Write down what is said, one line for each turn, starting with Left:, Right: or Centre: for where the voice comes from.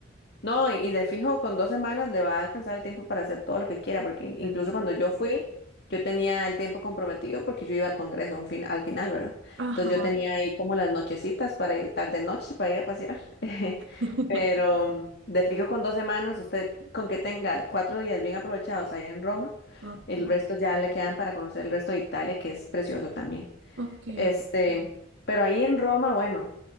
Left: No, y, y de fijo, con dos semanas le va a alcanzar el tiempo para hacer todo lo que quiera, porque
Right: Súper
Left: incluso
Right: bien.
Left: cuando yo fui, yo tenía el tiempo comprometido porque yo iba al Congreso a un fin, al final, ¿verdad?
Right: Ajá.
Left: Entonces yo tenía ahí como las nochecitas para ir tarde noche, para ir a pasear. <laughs>
Right: <laughs>
Left: Pero mm, de fijo, con dos semanas, usted con que tenga cuatro días bien aprovechados ahí en Roma,
Right: Ok,
Left: el resto ya le quedan para conocer el resto de Italia, que es precioso también.
Right: ok.
Left: Este, pero ahí en Roma, bueno,